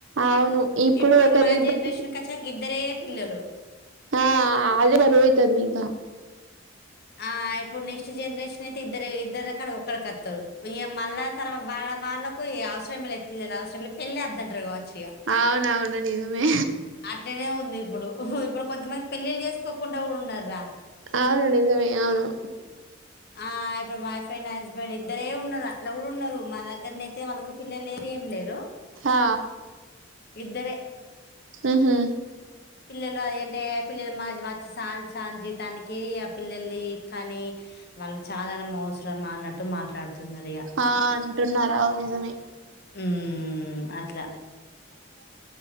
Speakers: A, on the right; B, on the left.
A: అవును
B: ఇప్పుడు
A: ఒకరి
B: మన
A: ఇద్దరు
B: జనరేషన్కచ్చాక ఇద్దరే పిల్లలు
A: ఆ అదే బరువైతాంది ఇంకా
B: ఆ ఇప్పుడు నెక్స్ట్ జనరేషన్ అయితే ఇద్దరు ఇద్దరు రకాడ ఒక్కడికి వతరు ఇగ మళ్ళా తర వాళ్ళ వాళ్ళలకు ఈ అవసరలే పిలలు అవసర పెళ్లవద్దంటారు కావచ్చు ఇగ
A: అవున అవును నిజం మే
B: అట్టనే ఉంది ఇప్పుడు ఇప్పుడు కొంతమంది పెళ్లిళ్లు చేసుకోకుండా కూడా ఉన్నర్రా
A: అవును నిజమే అవును
B: ఆ ఇప్పుడు వైఫ్ అండ్ హస్బెండ్ ఇద్దరే ఉన్నారు అట్లా గుడా ఉన్నారు మా దగ్ దగ్గరనయితే వాళ్ళకి పిల్లలు లేరు ఏం లేరు
A: ఆ
B: ఇద్దరే
A: ఉహు
B: పిల్లలు అది అంటే పిల్లల మా వచ్చి సాలీ సాలే జీతానికి ఆ పిల్లల్ని కనీ వాళ్లు చదడం అవసరమా అన్నట్టు మాట్లాడుతున్నారు ఇగ
A: ఆ అంటున్నారా అవు నిజమే
B: ఉమ్, అట్లా